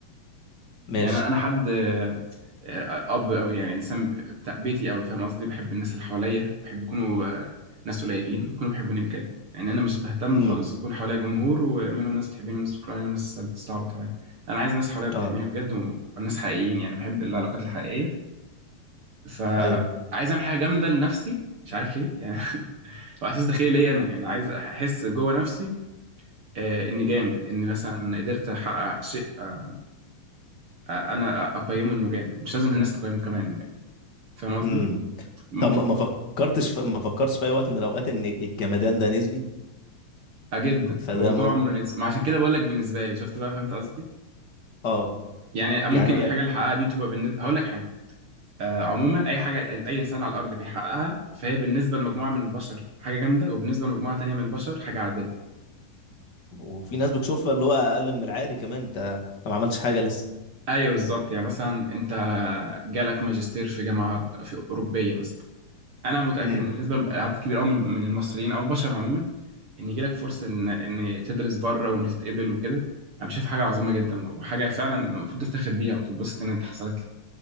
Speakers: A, on the left; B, on the right.
A: ماشي
B: يعني انا حد آه، آه، اب او يعني انسان بتاع بيتي قوي فاهم قصدي بحب الناس اللي حواليا بحب يكونوا آه، ناس قليلين ويكونوا بيحبوني بجد يعني انا مش بهتم
A: امم
B: خالص يكون حواليا جمهور ومنهم ناس بتحبني وناس بتكرهني وناس بتستعبط عليا انا عايز ناس حواليا بتحبني
A: اه
B: بجد و- وناس حقيقيين يعني بحب العلاقات الحقيقيه فعايز
A: ايوه
B: اعمل حاجه جامده لنفسي مش عارف ليه يعني <laughs> هو احساس داخلي ليا انا يعني عايز احس جوه نفسي آه، اني جامد اني مثلا قدرت احقق شيء آه، آه، انا اقيمه انه جامد مش لازم الناس تقيمه كمان فاهم قصدي
A: امم
B: ممكن
A: طب ما ما فكرتش في... ما فكرتش في اي وقت من الاوقات ان الجمدان ده نسبي
B: آه جدا
A: فده
B: هو طول
A: مم...
B: عمره نزل ما عشان كده بقول لك بالنسبه لي شفت بقى فهمت قصدي
A: اه
B: يعني ممكن
A: يعني
B: الحاجه اللي حققها دي تبقى بالنسبه هقول لك حاجه آه عموما اي حاجه اي انسان على الارض بيحققها فهي بالنسبه لمجموعه من البشر حاجه جامده وبالنسبه لمجموعه تانية من البشر حاجه عاديه
A: وفي ناس بتشوفها اللي هو اقل من العادي كمان انت انت ما عملتش حاجه لسه
B: ايوه بالظبط يعني مثلا انت جالك ماجستير في جامعه في اوروبيه مثلا انا متاكد
A: امم
B: إن بالنسبه لعدد كبير قوي من من المصريين او البشر عموما ان يجي لك فرصه ان ان تدرس بره وان تتقبل وكده انا بشوف حاجه عظيمه جدا وحاجه فعلا المفروض تفتخر بيها وتتبسط ان انت حصلت لك